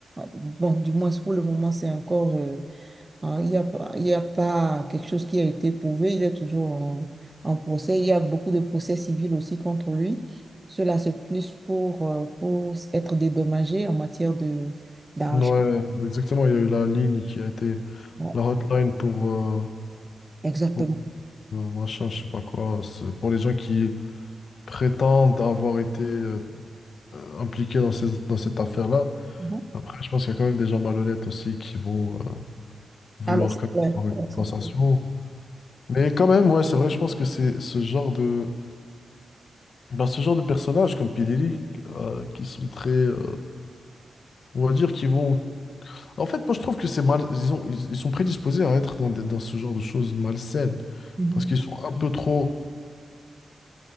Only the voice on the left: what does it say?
Ouais, exactement. Il y a eu la ligne qui a été
la hotline pour, euh,
pour, euh, machin, je sais pas quoi. C'est pour les gens qui prétendent avoir été euh, impliqués dans ces- dans cette affaire-là.
Après, je pense qu'il y a quand même des gens malhonnêtes aussi qui vont euh, vouloir
quand
même avoir une
compensation.
Mais quand même, ouais, c'est vrai, je pense que c'est ce genre de, Bah, ce genre de personnages comme Pederi, euh, qui sont très, euh, on va dire, qui vont. En fait, moi, je trouve que c'est mal. Ils ont- ils, ils sont prédisposés à être dans, des- dans ce genre de choses malsaines.
Parce qu'ils sont un peu trop.